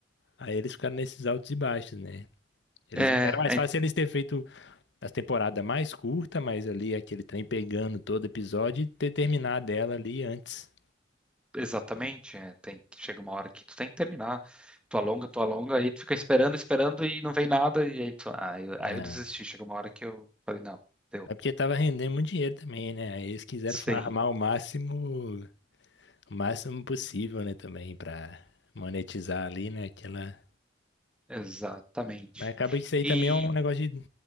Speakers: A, on the left; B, in the centre.
A: aí eles ficaram nesses altos e baixos, né? Eles,
B: É,
A: era mais fácil eles ter feito as temporadas mais curtas, mas ali aquele trem pegando todo episódio e ter terminado ela ali antes.
B: Exatamente, é, tem chega uma hora que tu tem que terminar. Tu alonga, tu alonga, aí tu fica esperando, esperando e não vem nada, e aí tu, ah, eu-
A: né?
B: aí eu desisti. Chega uma hora que eu falei, não, deu.
A: É porque tava rendendo muito dinheiro também, né? Aí eles quiseram
B: Sim,
A: farmar o máximo, o máximo possível, né? Também pra monetizar ali, né? Aquela...
B: exatamente.
A: Mas acaba que isso aí
B: E
A: também é um negócio de